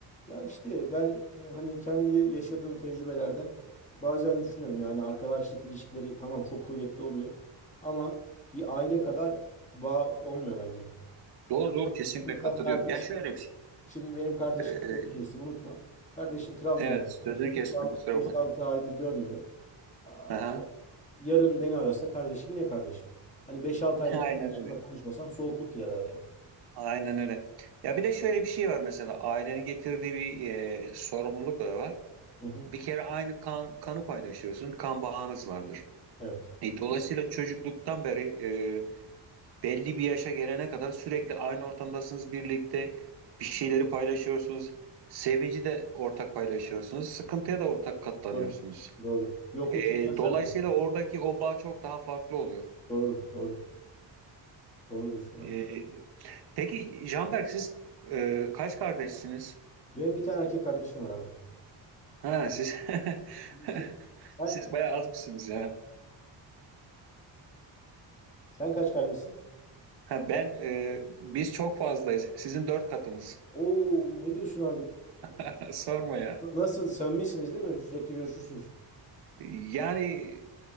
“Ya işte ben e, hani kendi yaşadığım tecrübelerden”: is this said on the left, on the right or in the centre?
Left